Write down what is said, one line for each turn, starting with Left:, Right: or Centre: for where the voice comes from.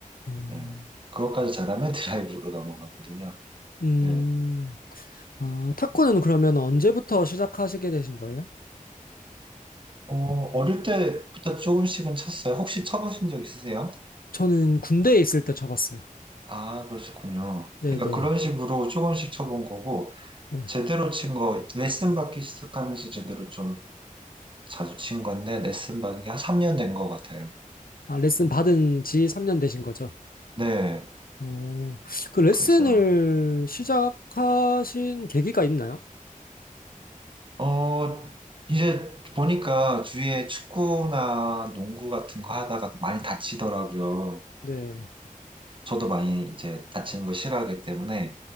Left: 음,
Right: 예. 그것까지 잘하면 <laughs> 드라이브로 넘어가거든요.
Left: 음.
Right: 예.
Left: 아, 탁구는 그러면 언제부터 시작하시게 되신 거예요?
Right: 어, 어릴 때부터 조금씩은 쳤어요. 혹시 쳐보신 적 있으세요?
Left: 저는 군대에 있을 때 쳐봤어요.
Right: 아, 그러셨군요.
Left: 네,
Right: 그러니까
Left: 네.
Right: 그런 식으로 조금씩 쳐본 거고,
Left: 네.
Right: 제대로 친 거, 레슨 받기 시작하면서 제대로 좀 자주 친 건데, 레슨 받은 게 한 3년 된 것 같아요.
Left: 아, 레슨
Right: 음,
Left: 받은 지 3년 되신 거죠?
Right: 네,
Left: 어, 그 레슨을
Right: 그래서,
Left: 시작하신 계기가 있나요?
Right: 어, 이제 보니까 주위에 축구나 농구 같은 거 하다가 많이 다치더라고요.
Left: 네.
Right: 저도 많이 이제 다치는 거 싫어하기 때문에